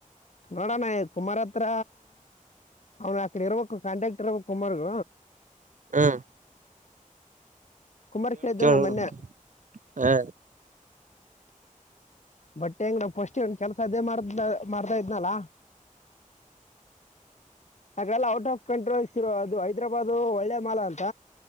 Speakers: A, on the left; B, on the right.
A: ನೋಡಣ ಕುಮಾರತ್ರ ಅವ್ನು ಅಕಡೆ ಇರಬೇಕಂಟ್ರಾಕ್ಟರ್ ಇರಬೇಕ ಕುಮಾರಗ
B: ಹ್ಮ.
A: ಕುಮಾರ್ ಕೇಳಿದ್ದ ನ
B: ನೋಡ
A: ಮೊನ್ನೆ.
B: ಹ
A: ಬಟ್ ಹೆಂಗ ನಾ ಫಸ್ಟ್ ನ್ಲ್ ಕೆಲ್ಸ ಅದೇ ಮಾಡ ಮಾಡ್ತಾ ಇದ್ನಲ್ಲ. ಹಾಗೆಲ್ಲ ಔಟ್ ಆಫ್ ಕಂಟ್ರೋಲ್ ಅದು ಹೈದ್ರಾಬಾದದು ಒಳ್ಳೆ ಮಾಲಾ ಅಂತ.